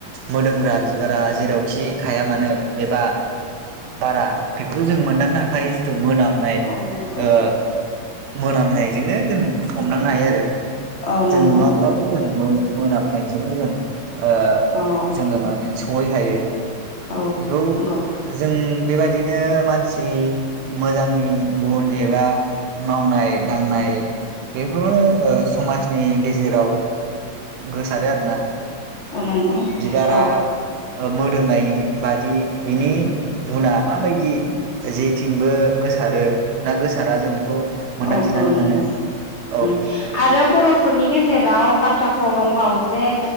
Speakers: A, on the right; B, on the left.
A: मोदोमग्रा बिबारा जेरावखि थाया मानो एबा बारा बेफोरखौ जों मोनदांनो हाखायो जेथु मोनाम नाय
B: औ नंगौ
A: ओ मोनामनायजोंनो जों हमदांनो हायो आरो।
B: औ नंगौ
A: जों नुवाब्लाबो जों मो मोनामनायजोंनो जों ओ
B: औ
A: जोङो मा होनो सहैखायो
B: औ
A: बेखौ
B: नंगौ
A: जों बेबायदिनो मानसि मोजांनि गुन एबा मावनाय दांनाय बेफोरनो ओ समाजनि गेजेराव गोसारो आरोना
B: औ नंगौ
A: बिबारा
B: औ
A: ओ मोदोमनाय बादि बिनि गुना माबायदि जेथिंबो गोसारो ना गोसारा जों बेखौ मोनदांथिनानै
B: औ औ नंगौ
A: मोनो
B: उम
A: औ
B: आरो बर'फोरनि गेजेराव बाथ्रा फाव दंबावो जे